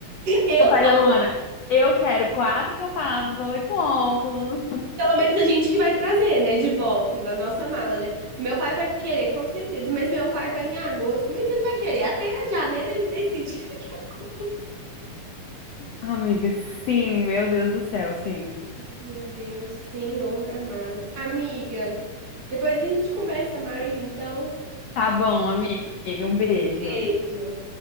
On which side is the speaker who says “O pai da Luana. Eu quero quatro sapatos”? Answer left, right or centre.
Left